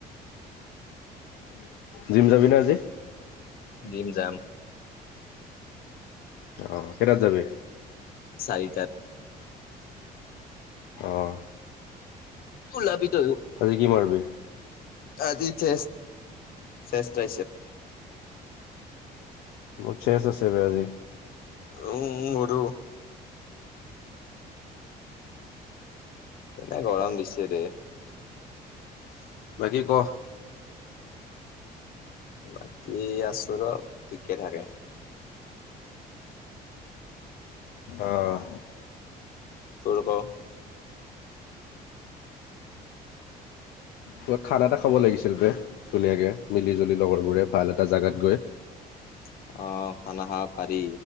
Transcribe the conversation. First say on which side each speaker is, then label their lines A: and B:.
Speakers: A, on the left; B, on the left.
A: জিম যাবি ন আজি
B: জিম জাম
A: অঁ কেইটাত যাবি
B: চাৰিটাত
A: অঁ
B: ওলাবি তইও
A: আজি কি মাৰিবি
B: আজি চ চেষ্ট্ৰছে <unintelligible>
A: মোৰ চে চ আছে বে আজি
B: উম উম এইটো এনে গৰম দিছে দে <unintelligible>
A: কি ক <unintelligible>
B: বাকী আছো ৰ ঠিকে থাকে
A: আহ
B: তোৰক <unintelligible>
A: বত খানা এটা খাব লাগিছিল ব ধুনীয়াকে মিলি জুলি লগৰবোৰে ভাল এটা জোগাত গৈ <unintelligible>
B: <inaudible> অ খানা খাব পাৰি